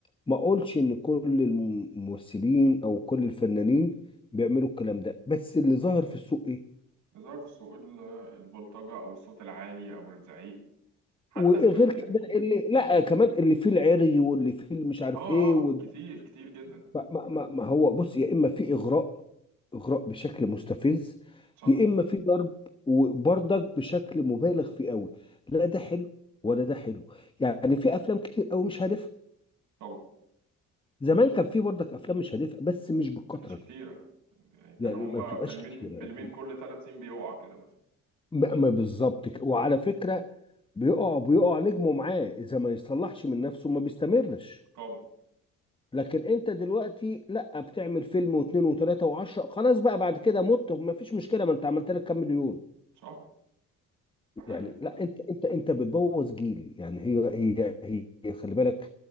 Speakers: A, on the left (about 15°); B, on the right (about 85°).
A: ما اقولش ان كل الممثلين او كل الفنانين بيعملوا الكلام ده بس اللي ظاهر في السوق ايه
B: ظهر في سوق ال- البلطجه او الصوت العالي او الزعيق حتى
A: وغير
B: في يعني
A: كده اللي لا كمان اللي فيه العري واللي فيه اللي مش عارف
B: اه
A: ايه وال...
B: اه كتير كتير جدا
A: ما, ما, ما ما هو بص يا اما في اغراء اغراء بشكل مستفز
B: صح
A: يا اما في ضرب وبرضك بشكل مبالغ فيه قوي لا ده حلو ولا ده حلو يعني في افلام كتير قوي مش هادفه
B: طبعا
A: زمان كان في برضك افلام مش هادفه بس مش بالكتره
B: ما كانتش كتيرة
A: دي
B: يعني كان
A: يعني
B: هما
A: ما بتبقاش
B: فيلمين
A: كتير
B: فيلمين
A: يعني
B: كل ثلاث سنين بيقع كده مثلا
A: ما, ما بالظبط كده. وعلى فكره بيقع بيقع نجمه معاه اذا ما يصلحش من نفسه ما بيستمرش
B: طبعا
A: لكن انت دلوقتي لا بتعمل فيلم واثنين وثلاثة وعشرة خلاص بقى بعد كده مت ما فيش مشكلة ما انت عملت لك كام مليون
B: صح ده حقيقي
A: يعني
B: فعلا
A: لا انت انت انت بتبوظ جيل يعني هي هي هي خلي بالك